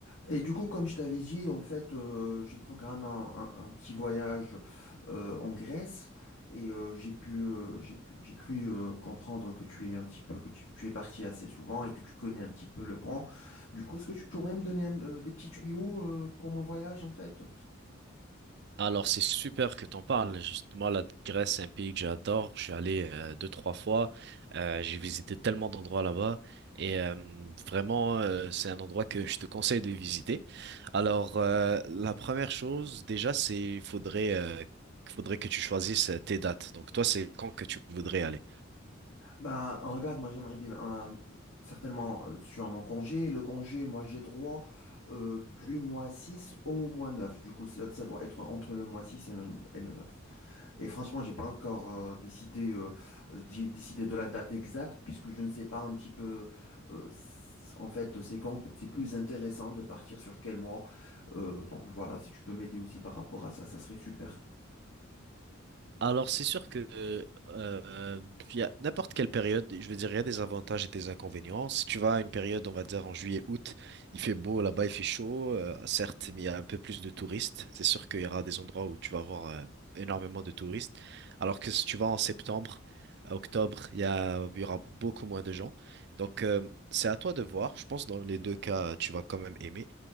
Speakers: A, on the left; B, on the right.
A: Et du coup, comme je t'avais dit, en fait, euh, j'ai programmé un, un- un petit voyage euh, en Grèce et euh, j'ai pu, euh, j'ai pu- j'ai cru euh, comprendre que tu es un petit peu, que tu, tu es parti assez souvent et que tu connais un petit peu le camp. Du coup, est-ce que tu pourrais me donner euh, des petits tuyaux euh, pour mon voyage, en fait?
B: Alors, c'est super que t'en parles. Justement, la Grèce, c'est un pays que j'adore. Je suis allé euh, deux, trois fois. Euh, j'ai visité tellement d'endroits là-bas. Et euh, vraiment, euh, c'est un endroit que je te conseille de visiter. Alors, euh, la première chose, déjà, c'est il faudrait, euh, faudrait que tu choisisses euh, tes dates. Donc, toi, c'est quand que tu voudrais aller?
A: Bah, regarde, moi, j'aimerais bien, euh, certainement, euh, sur mon congé, le congé, moi, j'ai droit euh, du mois 6 au mois 9. Du coup, ça, ça doit être entre le mois 6 et le, et le 9. Et franchement, j'ai pas encore euh, décidé, euh, d'i- décidé de la date exacte, puisque je ne sais pas un petit peu, euh, s- en fait, c'est quand c'est plus intéressant de partir sur quel mois. Euh, donc voilà, si tu peux m'aider aussi par rapport à ça, ça serait super.
B: Alors, c'est sûr que euh, euh, il y a n'importe quelle période, je veux dire, il y a des avantages et des inconvénients. Si tu vas à une période, on va dire en juillet, août, il fait beau, là-bas il fait chaud, euh, certes, mais il y a un peu plus de touristes. C'est sûr qu'il y aura des endroits où tu vas avoir euh, énormément de touristes. Alors que si tu vas en septembre, à octobre, il y a, il y aura beaucoup moins de gens. Donc, euh, c'est à toi de voir. Je pense que dans les deux cas, tu vas quand même aimer.